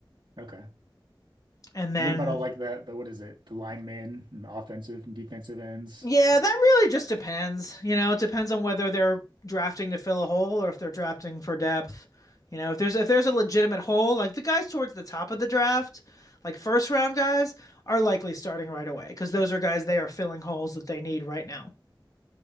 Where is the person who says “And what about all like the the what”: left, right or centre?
Right